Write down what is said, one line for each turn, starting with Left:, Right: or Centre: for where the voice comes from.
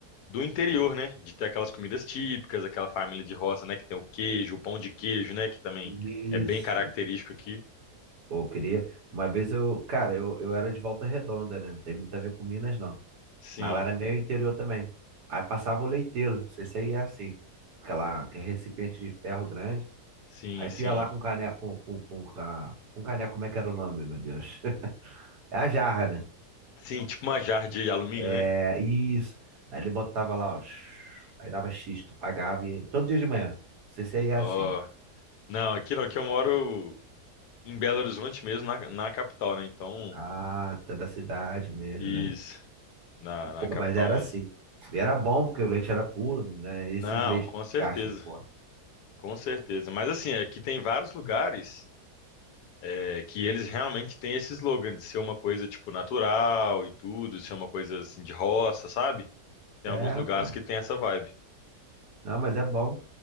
Left: do interior, né, de ter aquelas comidas típicas, aquela família de roça, né, que tem o queijo, o pão de queijo, né, que também
Right: Isso.
Left: é bem característico aqui.
Right: Pô, eu queria. Uma vez eu. Cara, eu, eu era de Volta Redonda, né? Não tem muito a ver com Minas, não.
Left: Sim,
Right: Mas lá era meio interior também. Aí passava o leiteiro, não sei se aí é assim. Aquela, aquele recipiente de ferro grande.
Left: sim,
Right: Aí
Left: sim.
Right: tu ia lá com caneco. Com, com, com, ca- com caneco, como é que era o nome, meu Deus? <laughs> É a jarra, né?
Left: Sim, tipo uma jarra de alumínio,
Right: É,
Left: né?
Right: isso. Aí ele botava lá, ó. Aí dava X, tu pagava e. Todo dia de manhã. Não sei se aí é
Left: Ó,
Right: assim.
Left: não, aqui não, aqui eu moro em Belo Horizonte mesmo, na, na capital, né? Então,
Right: Ah, tu é da cidade mesmo,
Left: isso,
Right: né?
Left: na, na
Right: Pô,
Left: capital
Right: mas era
Left: mesmo.
Right: assim. E era bom, porque o leite era puro, né? Esses
Left: Não,
Right: leites
Left: com
Right: de
Left: certeza,
Right: caixa, pô.
Left: com certeza. Mas assim, é que tem vários lugares é, que eles realmente têm esse slogan de ser uma coisa tipo natural e tudo, de ser uma coisa assim de roça, sabe? Tem
Right: É,
Left: alguns lugares
Right: pô.
Left: que tem essa vibe.
Right: Não, mas é bom.